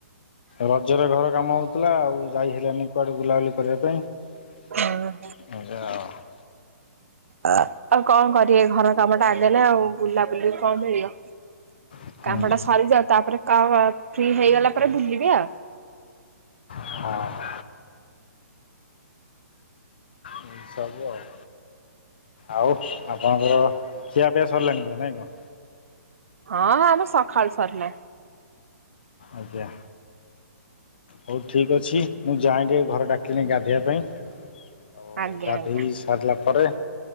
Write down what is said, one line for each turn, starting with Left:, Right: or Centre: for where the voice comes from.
Left: ରଜରେ ଘର କାମ ହଉଥିଲା ଆଉ ଯାଇ ହେଲାନି କୁଆଡେ ବୁଲାବୁଲି କରିବା ପାଇଁ।
Right: ହଁ
Left: ଯାଅ।
Right: ଆଉ କଣ କରିବେ ଘର କାମ ଟା ଆଗେ ନା ଆଉ ବୁଲା ବୁଲିରୁ କଣ ମିଳିବ।
Left: ଆଉ
Right: କାମ
Left: ହୁଁ
Right: ଟା ସରିଯାଉ ତାପରେ କ ଫ୍ରି ହେଇଗଲା ପରେ ଭୁଲିବେ ଆଉ।
Left: ହଁ। ଏଇ ସବୁ ଆଉ ଆଉ ଆପଣଙ୍କର ଖିଆପିଆ ସରିଲାଣି ତ ନାଇଁ କଣ?
Right: ହଁଁ ହଁ ଆମ ସକାଳୁ ସରିଲାଣି।
Left: ଆଜ୍ଞା ହଉ ଠିକ୍ ଅଛି ମୁଁ ଯାଏ ଟିଏଁ ଘର ଡାକିଲେଣି ଗାଧୋଇବା ପାଇଁ। ଆଉ
Right: ଆଜ୍ଞା
Left: ଗାଧୋଇ
Right: ଆଜ୍ଞା।
Left: ସାରିଲା ପରେ